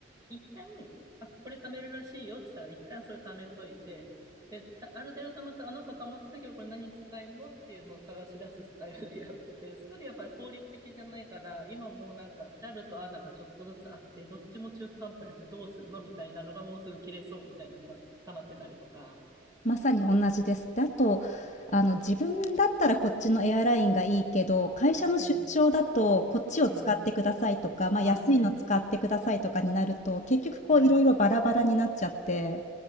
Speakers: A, on the right; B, on the left.
A: 一旦、あ、これ貯めるらしいよって言ったら、一旦それ貯めといて、で、たある程度貯まったら、あ、なんか貯まったけど、これ何に使えるのっていうのを探し出すスタイルでやってて、それやっぱり効率的じゃないから、今もうなんか JAL と ANA がちょっとずつあって、どっちも中途半端でこれどうするのみたいなのがもうすぐ切れそうみたいなのが溜まってたりとか。
B: まさに同じです。で、あと、あの、自分だったらこっちのエアラインがいいけど、会社の出張だとこっちを使ってくださいとか、
A: うん、うん。
B: まあ、
A: ああね。
B: 安いの使ってくださいとかになると、結局こういろいろバラバラになっちゃって、
A: はい。